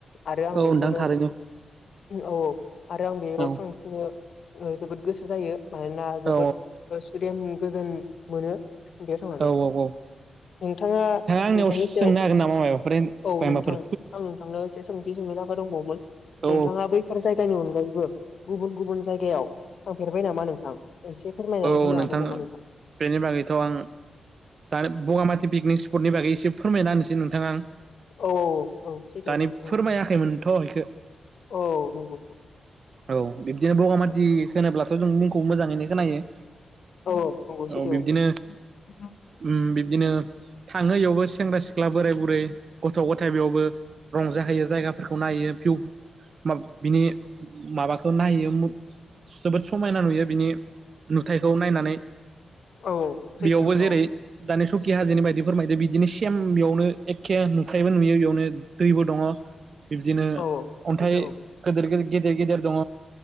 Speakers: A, on the left (about 70°); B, on the right (about 60°).
A: आरो आं
B: औ
A: बेखौनो
B: नोंथां थारैनो
A: औ औ आरो आं बेयाव
B: औ
A: थांफिनो ओ जोबोद गोसो जायो मानोना जोबोद
B: औ
A: सुदेम गोजोन मोनो। बेयाव थांनानै
B: औ औ औ
A: नोंथाङा
B: आंनियाव
A: नोंथांनि
B: सोंनो
A: सायाव
B: हागोन नामा माबाफोर
A: औ नोंथां
B: माबाफोर
A: आं नोंथांनाव एसे सोंथि सोंनो थाखाय दंबावोमोन।
B: औ
A: नोंथाङा बैफोर जायगानि अनगायैबो गुबुन गुबुन जायगायाव थांफेरबाय नामा नोंथां? एसे फोरमायनानै
B: औ
A: होनो
B: नोंथां
A: हागोन नामा
B: बेनि बागैथ' आं दानि बगामाथि पिकनिक स्पटनि बागै एसे फोरमायना होनोसै नोंथां आं
A: औ औ सैथो
B: दानि
A: नोंथां
B: फोरमायाखैमोनथ'
A: औ
B: इखो
A: औ नंगौ।
B: औ बिब्दिनो बगामाथि
A: औ
B: होनोब्लाथ' जों मुंखौ मोजाङैनो खोनायो।
A: औ नंगौ
B: औ
A: सैथो
B: बिब्दिनो
A: औ।
B: उम बिब्दिनो थाङो इयावबो सेंग्रा सिख्ला बोराय बुरै गथ' गथ थाय बेयावबो रंजाहैयो जायगाफोरखौ नायो भिउ मा बिनि माबाखौ नायो जोबोद समायना नुयो बिनि नुथायखौ नायनानै
A: औ सैथो
B: बेयावबो
A: नोंथां
B: जेरै
A: औ।
B: दानि सकि हाजोनि बायदि फोरमायदि बिदिनो सेम बेयावनो एखे नुथायबो नुयो बेयावनो दैबो दङ। बिब्दिनो
A: औ
B: अन्थाइ
A: सैथो
B: गोदिर गोदिर गेदेर गेदेर दङ